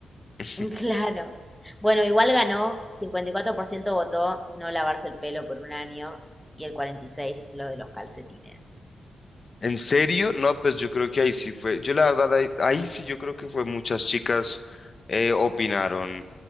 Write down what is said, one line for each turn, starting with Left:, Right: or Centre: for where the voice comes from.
Left: <laughs>
Centre: <laughs> claro. Bueno, igual ganó, 54% votó no lavarse el pelo por un año y el 46% lo de los calcetines.
Left: ¿En serio? No, pues yo creo que ahí sí fue. Yo la verdad, ahí, ahí sí yo creo que fue muchas chicas eh, opinaron